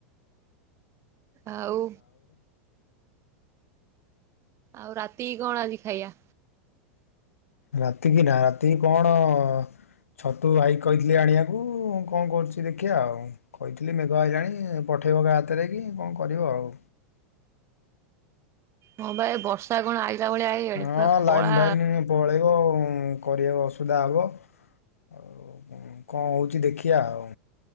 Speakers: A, on the right; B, on the left.
A: ଆଉ? ଆଉ ରାତିକି କଣ ଆଜି ଖାଇଆ?
B: ରାତି କି ରାତିକି କଣ ଛତୁ ଭାଇ କହିଥିଲି ଆଣିବାକୁ କଁ କରୁଚି ଦେଖିଆ ଆଉ। କହିଥିଲି ମେଘ ଆଇଲାଣି ପଠେଇବ କା ହାତରେ କି କଁ କରିବ ଆଉ।
A: ହଁ ବା ଏ ବର୍ଷା କଣ ଆଇଲା ଭଳିଆ ଆଇଆଣି
B: ହଁ
A: ପୁରା କଳା
B: ଲାଇନ୍ ଫାଇନ୍ ପଳେଇବ ଉଁ କରିବାକୁ ଅସୁବିଧା ହବ ଆଉ କଁ କଁ ହଉଚି ଦେଖି କିଆ ଆଉ।